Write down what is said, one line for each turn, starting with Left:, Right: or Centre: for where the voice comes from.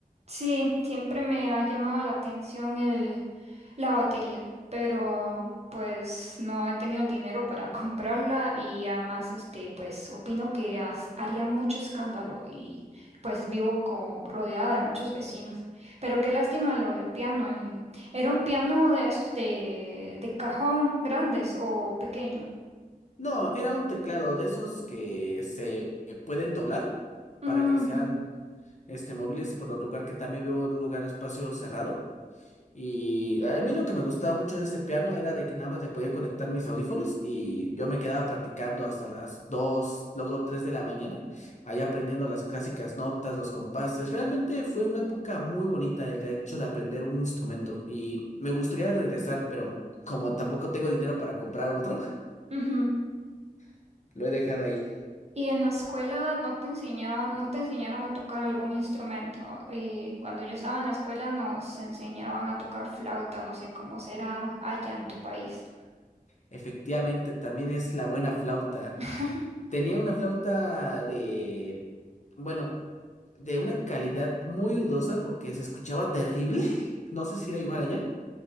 Right: Sí, siempre me ha llamado la atención el, la batería, pero pues no he tenido el dinero para <laughs> comprarla y además este pues opino que has- haría mucho escándalo y pues vivo co- rodeada de muchos vecinos. Pero qué lástima lo del piano. y- ¿Era un piano de esos de, de cajón grandes o pequeño?
Left: No, era un teclado de esos que se pueden doblar
Right: Ujú,
Left: para que sean este móviles, por el lugar que también veo un lugar espacio cerrado. Y a mí lo que me gustaba mucho de este piano era de que nada más le podía conectar mis audífonos y yo me quedaba practicando hasta las 2 luego 3 de la mañana, ahí aprendiendo las clásicas notas, los compases. Realmente fue una época muy bonita el hecho de aprender un instrumento y me gustaría regresar, pero como tampoco tengo dinero para comprar otro,
Right: ujú.
Left: <laughs> lo he dejado ahí.
Right: ¿Y en la escuela no te enseñaban, no te enseñaron a tocar algún instrumento? Eh, cuando yo estaba en la escuela nos enseñaban a tocar flauta, no sé cómo será allá en tu país.
Left: Efectivamente, también es la buena flauta.
Right: <laughs>
Left: Tenía una flauta de Bueno, de una calidad muy dudosa porque se escuchaba terrible. <laughs> No sé si era igual allá.